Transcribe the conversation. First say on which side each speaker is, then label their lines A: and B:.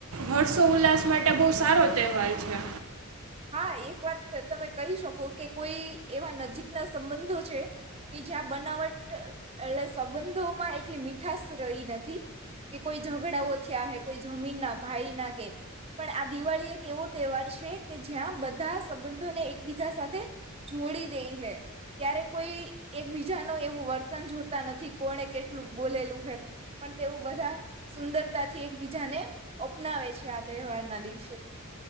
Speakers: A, on the right; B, on the right.
A: હર્ષો ઉલ્લાસ માટે બહુ સારો તહેવાર છે.
B: હા એક વાત તમે કહી શકો કે કોઈ એવા નજીકના સંબંધો છે કે જ્યાં બનાવટ એટલે સંબંધોમાં એટલી મીઠશ રઈ નથી કે કોઈ ઝઘડાઓ થયા હે કોઈ જમીનના ભાઈના કે પણ આ દિવાળી એક એવો તેવાર છે કે જ્યાં બધા સંબંધોને એકબીજા સાથે જોડી દેય હે, ત્યારે કોઈ એકબીજાનો એવું વર્તન જોતા નથી, કોણે કેટલું બોલેલું હે, પણ તેઓ બધા સુંદરતાથી એકબીજાને અપનાવે છે આ તેહવારના દિવસે